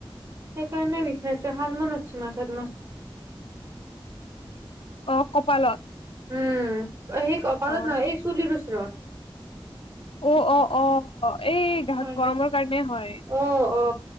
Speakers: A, on the right; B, on the left.
A: সেইকাৰণে বিচাৰিছে শাল মন উছ মাথাত
B: অ কপালত
A: উম অ সেই কপালত
B: অ।
A: নহয় এই চুলিৰ ওচৰত <unintelligible>
B: অ অ অ এই
A: হয়
B: গৰমৰ কাৰণে হয়
A: অ অ অ